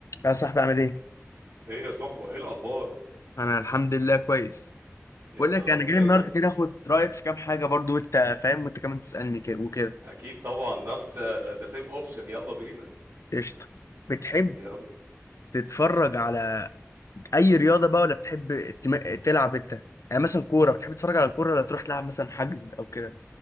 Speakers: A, on the left; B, on the right.
A: يا صاحبي عامل ايه؟
B: ايه يا صحبة ايه الاخبار
A: انا الحمد لله كويس
B: يا
A: بقول لك
B: رب
A: انا جاي
B: دايما
A: النهارده كده اخد رايك في كام حاجه برضو وانت فاهم وانت كمان تسالني كده وكده
B: اكيد طبعا نفس ذا سيم اوبشن يلا بينا
A: قشطه بتحب
B: يلا
A: تتفرج على اي رياضه بقى ولا بتحب تم- تلعب انت يعني مثلا كوره بتحب تتفرج على الكوره ولا تروح تلعب مثلا حجز او كده